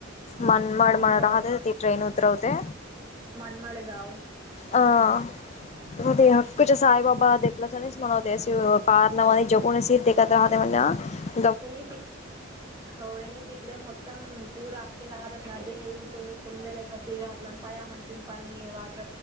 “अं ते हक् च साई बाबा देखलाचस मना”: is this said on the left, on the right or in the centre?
Left